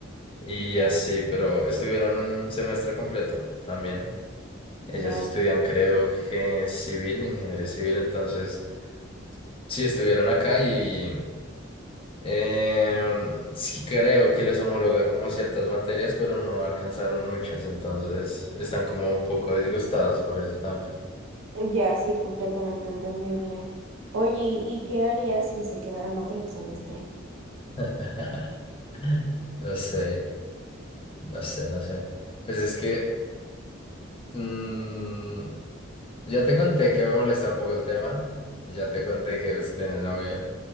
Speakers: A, on the left (about 25°); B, on the right (about 80°).
A: Y
B: Ya,
A: así, pero estuvieron un semestre completo también. Ellas
B: ya,
A: estudian, creo que civil, ingeniería civil, entonces sí estuvieron acá y em, sí creo que les homologa como ciertas materias, pero no alcanzaron muchas, entonces están como un poco disgustadas por eso también.
B: ya, sí, completamente entendible. Oye, ¿y qué harías si se quedaran otro semestre?
A: <laughs> No sé, no sé, no sé. Pues es que mm, ya te conté que me molesta un poco el tema. Ya te conté que pues tiene novio.